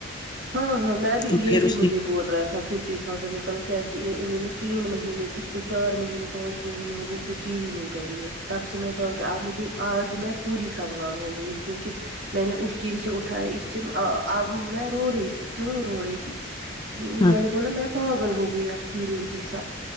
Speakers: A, on the right; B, on the left.
A: ہاں ہاں میں بھی
B: تو
A: یہ
B: پھر
A: بھی
B: اس
A: مجھے
B: نے
A: بول رہا تھا ففٹی تھاؤزینڈ نکلو کیا کہ انہوں نے تین مہینے اس کو چار مہینے پانچ مہینے ہو گئے اس نے چیری نہیں بری ہے تب سے میں ڈاکٹر آب مجھے آج میں پوری کنگال ہو گئی ہوں کیونکہ میں نے اس چیری سے اٹھاائے اس سے اب میں رو رہی تھی کیوں رو رہی تھی میں
B: ہاں
A: نے بولا میں پاگل ہو گئی آپ چریوں کے ساتھ